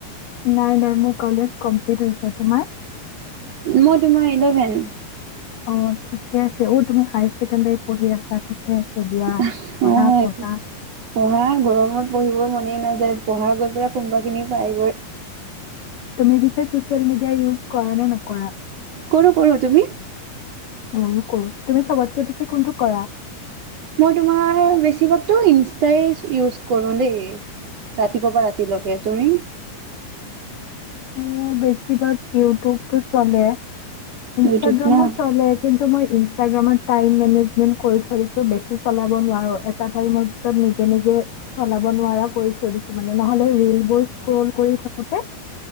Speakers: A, on the left (about 60°); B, on the right (about 45°).
A: নাই নাই মোৰ কলেজ কমপ্লিট হৈছে তোমাৰ।
B: মই তোমাৰ ইলেভেন।
A: অঁ ঠিকে আছে, অঁ তুমি হায়াৰ ছেকেণ্ডাৰী পঢ়ি আছা। আছে দিয়া
B: অ সটো
A: পঢ়া পঢ়া
B: পঢ়া গৰমত পঢ়িব মন <unintelligible> মনেই নাযায় পঢ়া গৈ পেলাই কোনোবা খিনি পাইগৈ।
A: তুমি পিছে চচিয়েল মেডিয়া ইউজ কৰা নে নকৰা?
B: কৰো কৰো, তুমি?
A: মইয়ো কৰো, তুমি চবতকে বেছি কোনটো কৰা?
B: মই তোমাৰ, বেছিভাগতো ইনষ্টাই ইউজ কৰোঁ দেই ৰাতিপুৱা পৰা ৰাতিলৈকে, তুমি?
A: মোৰ বেছিভাগ ইউটিউব টো চলে। ইনষ্টাগ্ৰামো
B: ইউটিউব ন?
A: চলে। কিন্তু মই ইনচ ইনষ্টাগ্ৰামত টাইম মেনেজমেণ্ট কৰি থৈছোঁ, বেছি চলাব নোৱাৰোঁ এটা টাইমৰ পাছত নিজেই নিজেই চলাব নোৱাৰা কৰি থৈ দিছোঁ মানে, নহ'লে ৰীলবোৰ স্ক্ৰ'ল কৰি থাকোঁতে